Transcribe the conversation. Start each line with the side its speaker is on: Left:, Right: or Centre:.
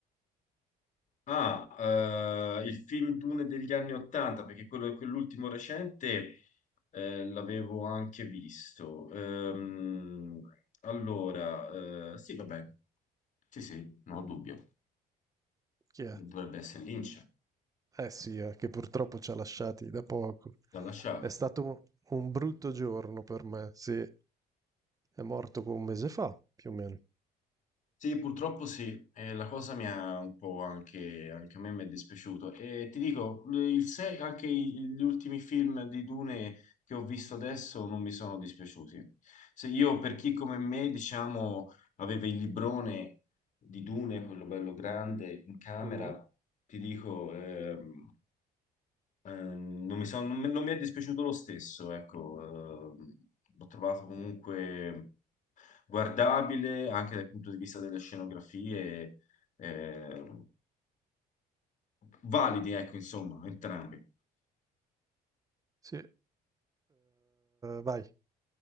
Left: Ah, eh, il film Dune degli anni Ottanta, perché quello, quell'ultimo recente eh, l'avevo anche visto. Ehm, allora, eh, sì, vabbè, Sì, sì, non ho dubbio.
Right: Chi è?
Left: Dovrebbe essere Lynch
Right: Eh sì, eh, che purtroppo ci ha lasciati da poco.
Left: da lasciare.
Right: È stato un un brutto giorno per me, sì. È morto un mese fa, più o meno.
Left: Sì, purtroppo sì, e la cosa mi ha un po' anche, anche a me mi è dispiaciuto. E ti dico, il se- anche i- gli ultimi film di Dune che ho visto adesso non mi sono dispiaciuti. Se io, per chi come me, diciamo, aveva il librone di Dune, quello bello grande, in camera,
Right: Mhm.
Left: ti dico, ehm, Eh, non mi sono- non mi non mi è dispiaciuto lo stesso, ecco, eh, l'ho trovato
Right: Mhm.
Left: comunque guardabile anche dal punto di vista delle scenografie, eh, validi, ecco, insomma, entrambi.
Right: Sì, eh, vai,